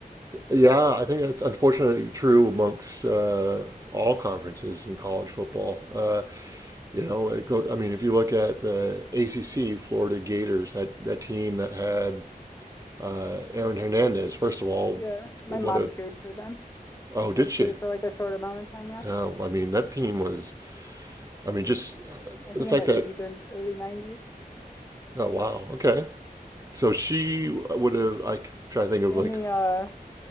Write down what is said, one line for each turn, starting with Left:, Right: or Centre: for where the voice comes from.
Right: Yeah, I think that's unfortunately true amongst uh, all conferences in college football. Uh, you know, it goes, I mean, if you look at the ACC, Florida Gators, that, that team that had uh, Aaron Hernandez, first of all,
Left: Yeah, my
Right: what
Left: mom
Right: a,
Left: cheered for them.
Right: oh, did
Left: actually
Right: she?
Left: for like a short amount of time, yeah.
Right: No, I mean, that team was, I mean, just uh,
Left: I think
Right: the fact
Left: in the 80s
Right: that,
Left: or early 90s.
Right: oh, wow, okay. So she would have, I try to think of
Left: In
Right: like
Left: the uh